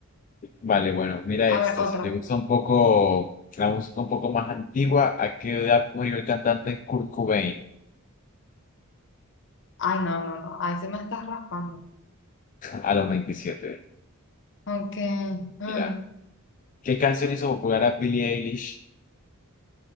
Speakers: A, on the left; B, on the left.
A: vale, bueno, mira
B: A
A: esta.
B: ver, otra.
A: Si te gusta un poco la música un poco más antigua, ¿a qué edad murió el cantante Kurt Cobain?
B: Ay, no, no, no, ahí se me estás raspando.
A: A los 27.
B: Ok. mm.
A: Mira. ¿Qué canción hizo popular a Billie Eilish?